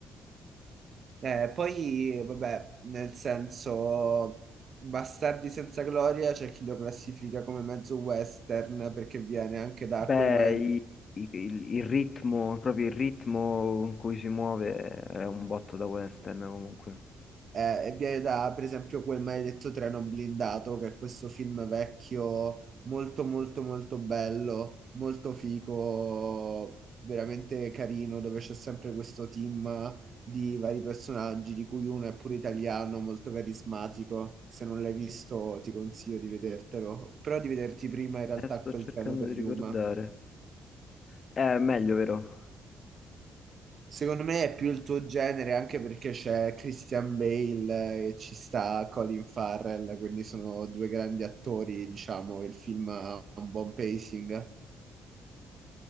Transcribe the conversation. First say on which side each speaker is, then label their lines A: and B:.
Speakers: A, on the right; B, on the left.
A: eh, poi, vabbè, nel senso, Bastardi senza gloria c'è chi lo classifica come mezzo western perché viene anche da
B: Beh,
A: quel magari
B: i- i- il, il ritmo, proprio il ritmo con cui si muove è un botto da western comunque.
A: eh, e viene da, per esempio, quel maledetto treno blindato, che è questo film vecchio, molto, molto, molto bello, molto figo, veramente carino, dove c'è sempre questo team di vari personaggi, di cui uno è pure italiano, molto carismatico. Se non l'hai visto, ti consiglio di vedertelo, però di vederti prima in realtà
B: Eh, sto
A: quel
B: cercando
A: treno per
B: di ricordare.
A: Yuma.
B: È meglio, vero?
A: Secondo me è più il tuo genere anche perché c'è Christian Bale eh, e ci sta Colin Farrell, quindi sono due grandi attori, diciamo, il film ha un buon pacing,